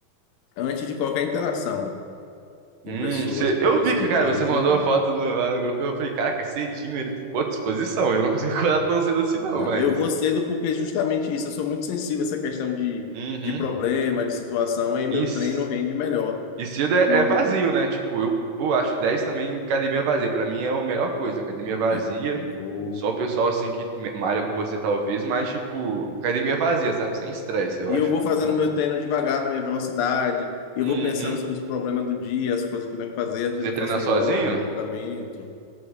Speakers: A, on the left; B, on the right.
A: antes de qualquer interação
B: Hum,
A: com pessoas,
B: cê-
A: porque
B: eu
A: eu
B: vi
A: sei
B: que,
A: que
B: cara,
A: às
B: você
A: vezes
B: mandou
A: afeta.
B: a foto no- lá no grupo. Eu falei, caraca, cedinho ele, pô, disposição. Eu não consigo <laughs> acordar tão cedo assim, não,
A: Não,
B: mas.
A: eu vou cedo porque justamente isso, eu sou muito sensível a essa questão de,
B: Uhum.
A: de problema, de situação, aí meu
B: E, c-
A: treino rende melhor.
B: e cedo é,
A: Quando
B: é vazio, né? Tipo, eu, pô, acho 10 também academia vazia. Pra mim é a melhor coisa. Academia vazia,
A: é, eu vou
B: só o pessoal assim que me- malha com você, talvez, mas, tipo, academia vazia, sabe? Sem estresse, eu
A: E
B: acho.
A: eu vou fazendo
B: Bom.
A: meu treino devagar, na minha velocidade. Eu
B: Uhum.
A: vou pensando sobre os problemas do dia, as coisas que eu tenho que fazer. Às vezes
B: Você
A: eu
B: treina
A: faço um
B: sozinho?
A: yoga, um alongamento.